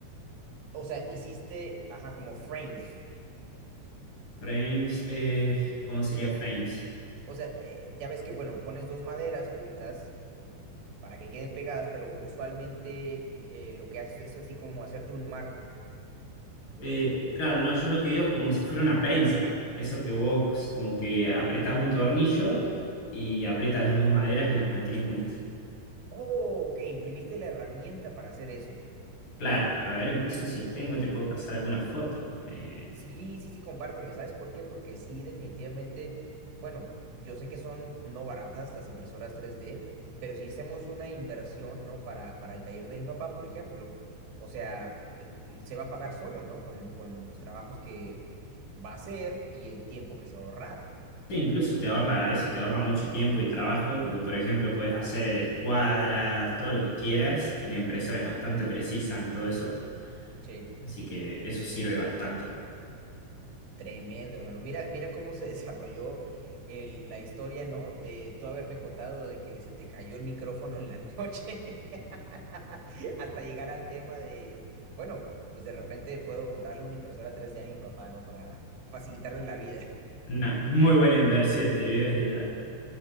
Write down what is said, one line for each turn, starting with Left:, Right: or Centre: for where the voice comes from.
Right: O sea, hiciste, ajá, como frames.
Left: Frames, eh, ¿cómo sería frames?
Right: O sea, eh, ya ves que, bueno, pones dos maderas juntas para que queden pegadas, pero usualmente eh, lo que haces es así como hacerte un marco
Left: Eh, claro, no, yo lo que digo es como si fuera una prensa. Eso que vos como que apretás un tornillo y aprietas las dos maderas y las mantienes juntas.
Right: Oh, ok, imprimiste la herramienta para hacer eso.
Left: Claro, a ver, incluso si tengo, te puedo pasar alguna foto. Eh,
Right: Sí, sí, sí, compárteme. ¿Sabes por qué? Porque sí, definitivamente, bueno, yo sé que son no baratas las impresoras tres d pero si hacemos una inversión, ¿no? Para, para el taller de mi papá, por ejemplo, o sea, eh, se va a pagar solo, ¿no? Con, con los trabajos que va a hacer y el tiempo que se va a ahorrar.
Left: Sí, incluso te ahorra eso, te ahorra mucho tiempo y trabajo, porque por ejemplo podés hacer escuadras, todo lo que quieras, que la impresora es bastante precisa en todo eso,
Right: Sí.
Left: así que eso sirve bastante.
Right: Tremendo, hermano. Mira, mira cómo se <laughs> desarrolló el- la historia, ¿no? De tú haberme contado de que se te cayó el micrófono en la noche, <laughs> hasta llegar al tema de, bueno, pues de repente puedo comprarle una impresora tres d a mi papá, ¿no? Para facilitarle la vida.
Left: Una muy buena inversión, te lo digo desde ya,